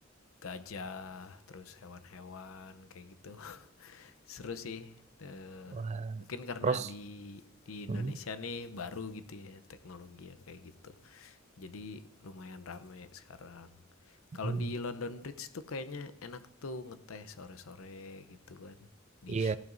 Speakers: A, on the left; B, on the right.
A: gajah, terus hewan-hewan kayak gitu. <laughs> Seru sih. Eh,
B: Wah,
A: mungkin karena
B: terus
A: di di
B: hmm,
A: Indonesia nih baru gitu ya teknologi yang kayak gitu. Jadi lumayan rame sekarang. Kalau
B: hmm,
A: di London Bridge tuh kayaknya enak tuh ngeteh sore-sore gitu kan di
B: iya